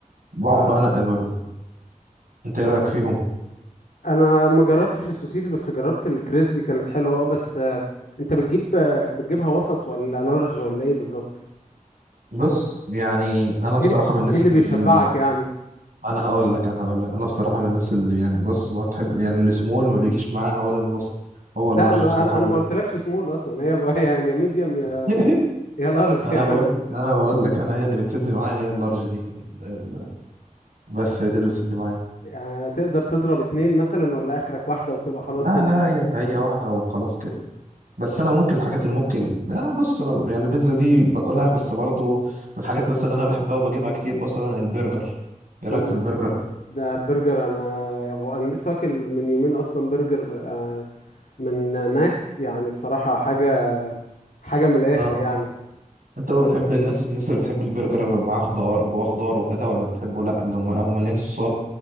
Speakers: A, on the right; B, on the left.
A: بقعد
B: اه
A: بقى انقل ما بينهم انت ايه رايك فيهم
B: انا ما جربتش السوسيس بس جربت الكريسبي كانت حلوه اه بس آه، انت بتجيب آه، بتجيبها وسط ولا لارج ولا ايه بالظبط
A: بص يعني انا بصراحه
B: ايه ال-
A: من الناس
B: إيه اللي
A: بال...
B: بيشبعك يعني
A: انا هقول لك انا هقول لك انا بصراحه من الناس اللي يعني بص ما تحب يعني السمول ما بيجيش معاها ولا الوسط هو اللارج
B: لا انا
A: بصراحه
B: انا
A: هو
B: انا
A: اللي
B: ما قلتلكش سمول اصلا هي هي يا ميديوم يا
A: <laughs>
B: يا لارج
A: انا
B: <laughs> يعني.
A: بقول لك انا بقول لك انا هي اللي بتسد معايا هي اللارج دي ال- ال- بس هي دي اللي بتسد معايا
B: يعني تقدر تضرب اتنين مثلا ولا اخرك واحده وتبقى خلاص
A: لا
B: كده
A: لا هي هي واحده وخلاص كده بس انا ممكن الحاجات اللي ممكن آه بص انا يعني البيتزا دي باكلها بس برضو من الحاجات بس اللي انا بحبها وبجيبها كتير مثلا البرجر ايه رايك
B: مم.
A: في البرجر
B: ده برجر انا انا لسه واكل من يومين اصلا برجر آه، من ماك يعني بصراحه حاجه حاجه من الاخر
A: لا
B: يعني
A: انت بقى بتحب الناس من الناس اللي بتحب البرجر معاه خضار جواه خضار وكده ولا بتحبه لا اللي هم او مليان صوصات